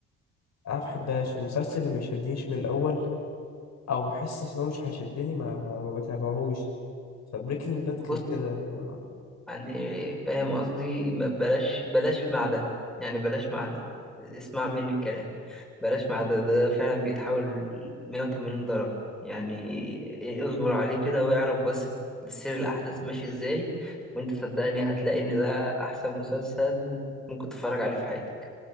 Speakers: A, on the left; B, in the centre.
A: ما بحبهاش المسلسل اللي ما يشدنيش من الاول او ما احسش ان هو مش هيشدني ما, ما بتابعهوش فبريكنج باد
B: <laughs>
A: كان كده أنا-
B: يعني فاهم قصدي ما بلاش بلاش مع ده يعني بلاش مع ده اسمع مني الكلام بلاش مع ده ده, ده فعلا بيتحول 180 درجة يعني إيه، اصبر عليه كده واعرف بس سير الأحداث ماشي ازاي وانت صدقني هتلاقي ان ده أحسن مسلسل ممكن تتفرج عليه في حياتك